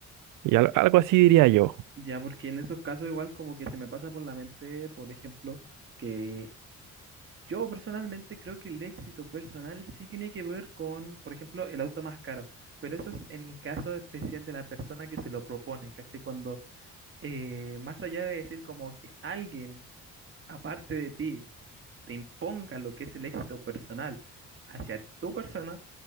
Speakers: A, on the right (about 85°); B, on the right (about 40°).
A: y al- algo así diría yo.
B: Ya, porque en esos casos igual como que se me pasa por la mente, por ejemplo, que yo personalmente creo que el éxito personal sí tiene que ver con, por ejemplo, el auto más caro, pero eso es en el caso especial de la persona que se lo propone, ¿cachai? Cuando eh, más allá de decir como que alguien aparte de ti te imponga lo que es el éxito personal hacia tu persona,